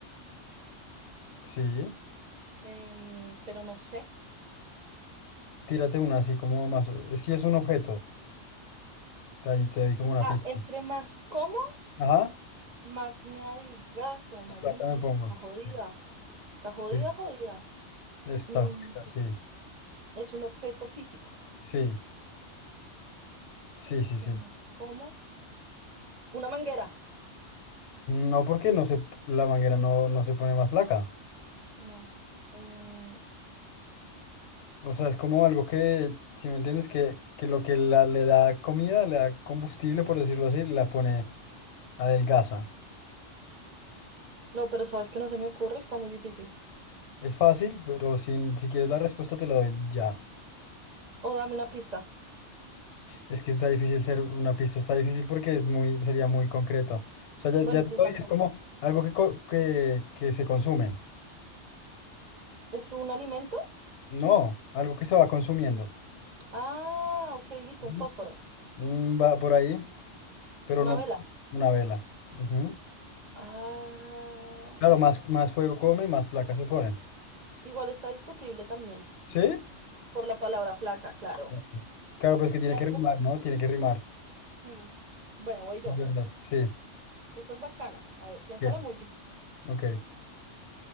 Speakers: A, on the left (about 70°); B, on the right (about 45°).
A: Sí.
B: em, pero no sé.
A: Tírate una así como más. Si es un objeto, ahí te doy como una
B: Ah,
A: pista.
B: entre más como,
A: Ajá.
B: más me adelgazo, mariquis,
A: Acá me pongo.
B: está jodida,
A: Sí,
B: está jodida,
A: sí.
B: jodida.
A: Esta
B: Mm,
A: juega, sí.
B: es un objeto físico.
A: Sí, sí, sí,
B: Tramas,
A: sí.
B: ¿cómo? Una manguera.
A: No porque no se, la manguera no, no se pone más flaca.
B: No. eh,
A: O sea, es como algo que, si me entiendes, que, que lo que la, le da comida, le da combustible, por decirlo así, la pone adelgaza.
B: no, pero sabes que no se me ocurre, está muy difícil.
A: Es fácil, pero si, si quieres la respuesta te la doy ya.
B: O dame una pista.
A: Es que está difícil ser una pista, está difícil porque es muy, sería muy concreto. O sea, ya,
B: Bueno,
A: ya
B: entonces
A: te doy,
B: dámelo.
A: es como algo que, co- que, que se consume.
B: ¿Es un alimento?
A: No, algo que se va consumiendo.
B: Ah, ok, listo, un
A: Ujú.
B: fósforo.
A: Mm, va por ahí, pero
B: Una
A: no
B: vela.
A: una vela. Ujú.
B: Ah,
A: Claro, más, más fuego come, más flaca se pone.
B: igual está discutible también.
A: ¿Sí?
B: Por la palabra flaca, claro.
A: Exacto. Claro, pues que tiene
B: Claro,
A: que rimar,
B: porque.
A: ¿no? Tiene que rimar.
B: mm, Bueno, voy yo.
A: Es verdad, sí.
B: Esta es bacana. A ver, piénsala
A: Bien.
B: muy bien.
A: Ok.